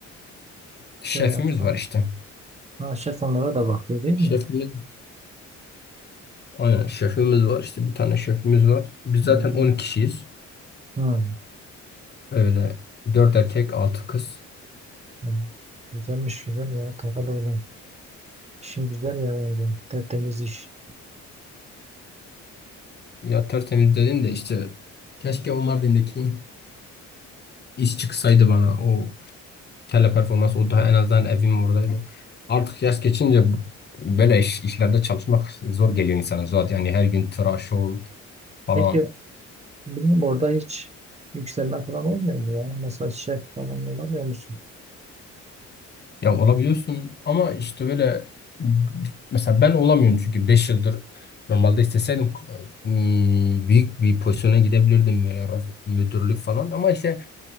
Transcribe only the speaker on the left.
şefimiz
var işte.
Şefimiz,
aynen şefimiz var işte bir tane şefimiz var. Biz zaten
10 kişiyiz.
Öyle 4 erkek, 6 kız.
Ya tertemiz dedin de işte keşke o Mardin'deki iş çıksaydı bana o teleperformans o daha en azından evim oradaydı. Artık yaş geçince bu- böyle iş, işlerde çalışmak zor geliyor insana zaten. Yani her gün tıraş ol falan.
Ya olabiliyorsun ama işte böyle mesela ben olamıyorum çünkü 5 yıldır normalde isteseydim ım, büyük bir pozisyona gidebilirdim böyle raz- müdürlük falan ama işte